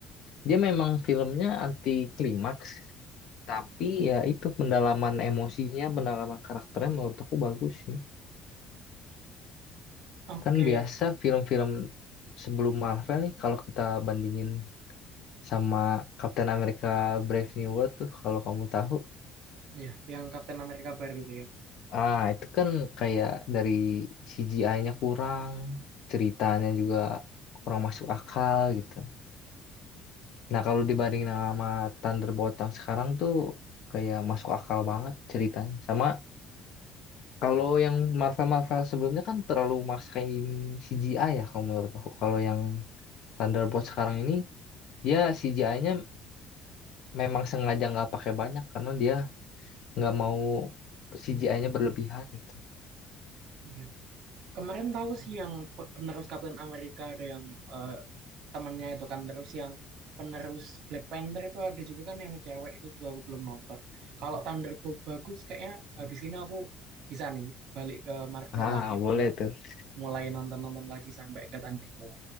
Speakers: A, on the left; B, on the right.
A: Dia memang filmnya anti klimaks, tapi ya itu pendalaman emosinya, pendalaman karakternya menurut aku bagus sih.
B: oke
A: Kan biasa film-film sebelum Marvel nih kalau kita bandingin sama Captain America Brave New World tuh kalau kamu tahu.
B: Iya, yang Captain America baru tuh yang
A: Ah, itu kan kayak dari CGI-nya kurang, ceritanya juga kurang masuk akal gitu. Nah, kalau dibandingin sama Thunderbolt yang sekarang tuh kayak masuk akal banget ceritanya. Sama kalau yang Marvel-Marvel sebelumnya kan terlalu maksain CGI ya kalau menurut aku. Kalau yang Thunderbolt sekarang ini dia CGI-nya memang sengaja nggak pakai banyak karena dia nggak mau CGI-nya berlebihan gitu.
B: iya. kemarin tahu sih yang pe- penerus Captain America ada yang eh, temennya itu kan terus yang penerus Black Panther itu ada juga kan yang cewek itu juga aku belum nonton kalau Thunderbolt bagus kayaknya habis ini aku bisa nih balik ke Marvel
A: Ah,
B: lagi
A: boleh
B: buat
A: tuh.
B: mulai nonton-nonton lagi sampai ke Thunderbolt.